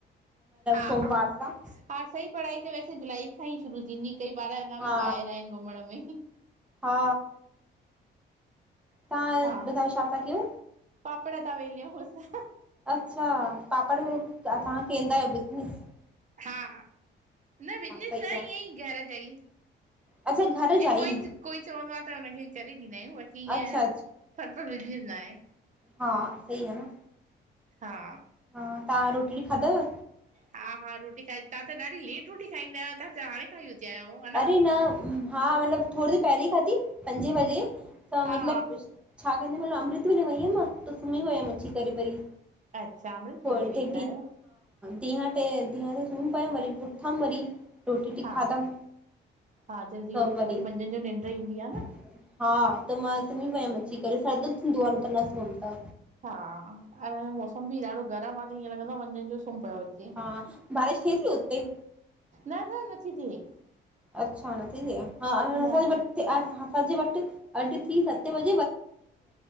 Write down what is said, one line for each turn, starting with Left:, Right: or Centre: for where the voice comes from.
Right: हा
Centre: सोमवार
Right: हा
Centre: सां।
Right: हा सही पढ़ाई त वैसे जुलाई खां ई शुरू थींदी कई ॿार अञा
Centre: हा
Right: बि ॿाहिरि आहिनि घुमण में।
Centre: हा तव्हां
Right: हा
Centre: ॿुधायो छा था कयो?
Right: पापड़ ता वेल्यूं असां।
Centre: अच्छा पापड़ तव्हां केंदा आयो बिजनिस?
Right: हा, न बिजनिस
Centre: सही
Right: न इयई
Centre: आहे
Right: घर जा ई।
Centre: अच्छा घर
Right: जीअ
Centre: जा
Right: कोई
Centre: ई
Right: कोई चवंदोआ त् हुनखे करे ॾींदा आहियूं बाक़ी
Centre: अच्छा
Right: ईअं। पर वझ न आहे
Centre: हां सहि आ न।
Right: हाँ।
Centre: हां तहां रोटी ख़ादव?
Right: हा हा रोटी खाई तव्हां त ॾाढी लेट रोटी खाईंदा आहियो तव्हां हाणे खाई। उथिया आहियो हा
Centre: अरे न हा मतलब थोरी देर पेहरे हि खादी पंजे वगे त्
Right: हा
Centre: मतलब। अमृत वेले वई हूयम त सुमि वयम अची करे वरी।
Right: अच्छा अमृत
Centre: <inaudible>
Right: वेले
Centre: टे
Right: वेंदा आहियो
Centre: धीअं ते सुम् पयम वरी उथम वरी रोटी वाटि
Right: हा
Centre: खाधम।
Right: हा जल्दी
Centre: त
Right: उठ
Centre: वरी--हा
Right: वरी मंझंदि जो निंड ईंदी आहे न
Centre: त मां। <inaudible> सुम पयंम अची करे। सर दुखंदो न सुम त्।
Right: हा <unintelligible> मौसम बि ॾाढो गरम आह। हिय लगंदो आ मन्झ्न जो सुम पो अची।
Centre: हा बारिश थिए थी हुते?
Right: न-न नथी थिए।
Centre: अछा नथी थे। हां
Right: न
Centre: असांजे वट अज थी सते वजे।